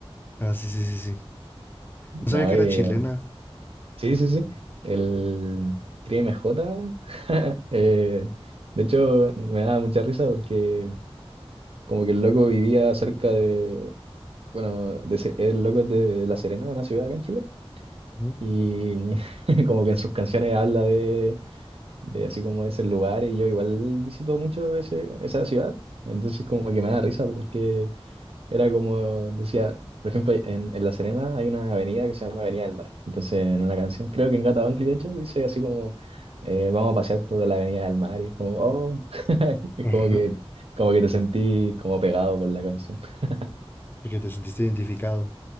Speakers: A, on the left; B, on the right.
A: Ah, sí, sí, sí, sí.
B: No,
A: No sabía que
B: eh,
A: era chilena.
B: sí, sí, sí. El Crime J. <laughs> eh, de hecho, me daba mucha risa porque como que el loco vivía cerca de, bueno, de, Se- el loco es de La Serena, una ciudad acá en Chile,
A: Ujú.
B: y <laughs> como que en sus canciones habla de, de así como de ese lugar y yo igual visito mucho ese, esa ciudad, entonces como que me da risa porque... Era como decía, por ejemplo, en, en La Serena hay una avenida que se llama Avenida del Mar. Entonces, en una canción, creo que en Gata Only, de hecho, dice así como, eh, vamos a pasear por la Avenida del Mar. Y es como, oh, <laughs> es
A: Ajá,
B: como que, como que te sentí como pegado por la canción. <laughs>
A: De <laughs> que te sentiste identificado.